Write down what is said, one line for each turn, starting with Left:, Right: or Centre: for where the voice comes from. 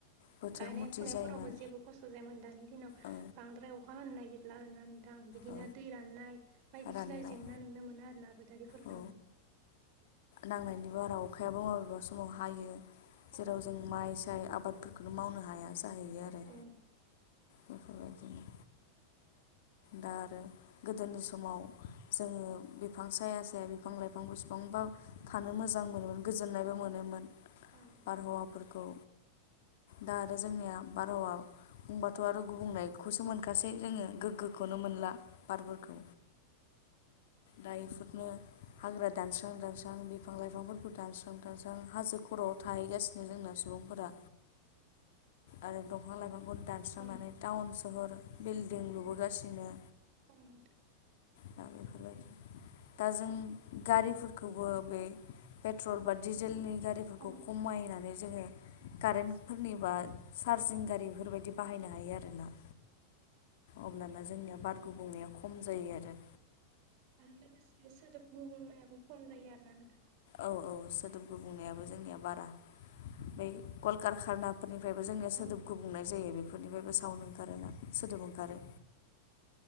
Left: बोथोर
Right: गायनाय
Left: मथे
Right: फुनायफोरावबो
Left: जायोमोन
Right: जेबो खस्थ' जायामोन दानि दिनाव
Left: औ
Right: बांद्राय अखा हानो नागिरला आरोना नों थां बिदिनो
Left: औ
Right: दै राननाय बायदिसिना
Left: राननाय
Right: जेंना नुनो मोना आरोना आबादारिफोर
Left: औ
Right: नावबो
Left: नांनायनि बारा अखायाबो मबेबा समाव हायो
Right: औ
Left: जेराव
Right: नोंथां
Left: जों माइ साय आबाद फोरखौनो मावनो हाया जाहैयो आरो
Right: उम।
Left: बेफोरबायदिनो दा आरो गोदोनि समाव जोङो बिफां साया साया बिफां लाइफां बेसेबां बा थानो मोजां मोनोमोन गोजोननायबो मोनोमोन।
Right: नोंथां
Left: बारहावाफोरखौ दा आरो जोंनिया बारहावा बुंबाथ' आरो गुबुंनायखौसो मोनखासै
Right: औ
Left: जोङो
Right: नोंथां
Left: गोग्गो खौनो मोनला बारफोरखौ
Right: औ
Left: दा इफोरनो हाग्रा दानस्रां दानस्रां बि फां लाइफांफोरखौ दानस्रां दानस्रां हाजो खर'आव थाहैगासिनो जोंना सुबुंफोरा। आरो दंफां लाइफां बुहुथ दानस्रांनानै
Right: औ
Left: टाउन सहर बिल्डिं लुबोगासिनो।
Right: उम।
Left: दा बेफोरबायदि दा जों गारिफोरखौबो बे पेट्रल बा डिजेलनि गारिफोरखौ
Right: औ
Left: खमायनानै जोङो कारेन्टफुरनिबा चार्जिं गारि इफोरबायदि बाहायनो हायो आरोना।
Right: <inaudible>
Left: अब्लाना जोंनिया बारगुबुंनाया खम जायो आरो।
Right: आरो लोगोसे सोदोब गुबुंनायाबो खम जायो आरोना नोंथां।
Left: औ औ सोदोब गुबुंनायाबो जोंनिया बारा बे गलकार खानाब फोरनिफ्रायबो जोंनिया
Right: औ
Left: सोदोब गुबुंनाय जायो बेफोरनिफायबो साउन्ड ओंखारोना सोदोब ओंखारो।